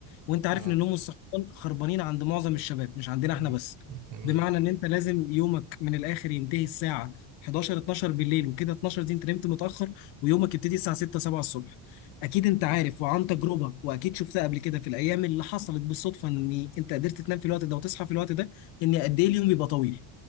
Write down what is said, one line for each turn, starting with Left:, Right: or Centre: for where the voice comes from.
Left: وانت عارف
Right: <laughs> اه
Left: ان النوم والصحيان خربانين عند معظم الشباب مش عندنا
Right: مم.
Left: احنا بس
Right: جميل
Left: بمعنى ان انت لازم يومك من الاخر ينتهي الساعه 11 12 بالليل وكده 12 دي انت نمت متاخر ويومك يبتدي الساعه 6 7 الصبح اكيد انت عارف وعن تجربه واكيد شفتها قبل كده في الايام اللي حصلت بالصدفه ان انت قدرت تنام في الوقت ده وتصحى في الوقت ده ان قد ايه اليوم بيبقى طويل